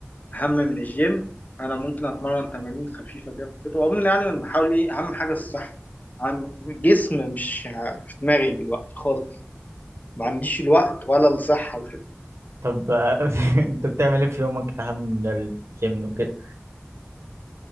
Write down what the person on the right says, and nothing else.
طب آه، <laughs> أنت بتعمل إيه في يومك أهم من الجيم وكده؟